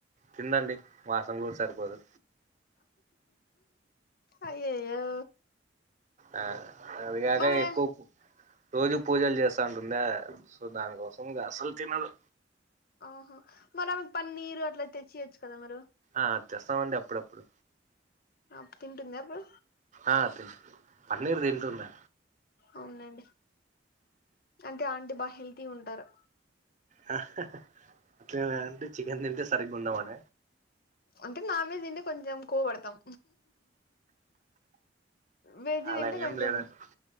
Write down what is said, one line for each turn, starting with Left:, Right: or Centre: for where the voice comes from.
Right: తిందండి మాసంగూరు సరిపోదు
Left: అయ్యయ్యో
Right: ఆ అది కాక
Left: మరి
Right: ఎక్కువ రోజు పూజలు చేస్తా ఉంటుందా సో దానికోసం అస్సలు తినదు
Left: ఆహా మరి ఆమెకి పన్నీరు అట్లా తెచ్చియొచ్చు కదా మీరు
Right: ఆ తెస్తాం అండి అప్పుడప్పుడు
Left: అప్పుడు తింటుంది అప్పుడు
Right: ఆ తింటుంది పన్నీరు తింటుంది
Left: అవునండి అంటే ఆంటీ బా హెల్తీ ఉంటారు
Right: అంటే అట్లేనా చికెన్ తింటే సరిగ్గా ఉండం అన
Left: అంటే నాన్ వెజ్ తింటే కొంచెం కొవ్వు పడతాం వెజ్
Right: అలా
Left: తింటే
Right: ఏం
Left: కొంచెం
Right: లేదండి